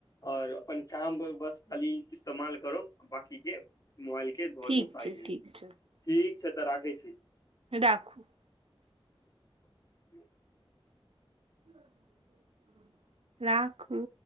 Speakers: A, on the left; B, on the right.
A: आओर अपन काम बस खाली इस्तेमाल करो बाकी जे मोबाइल के धऽ
B: ठीक
A: दो साइड
B: छै
A: मे
B: ठीक छै
A: ठीक छै। तऽ राखय छी।
B: राखू
A: <unintelligible>
B: <unintelligible> राखू